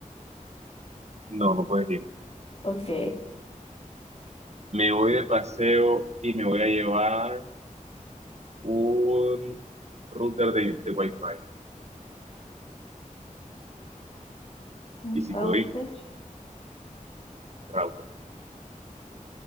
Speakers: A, on the right (about 50°); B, on the left (about 45°).
A: No, no puedes ir.
B: Ok,
A: Me voy de paseo y me voy a llevar un router de, de Wi-Fi.
B: un
A: Y si
B: router.
A: puedo ir, router.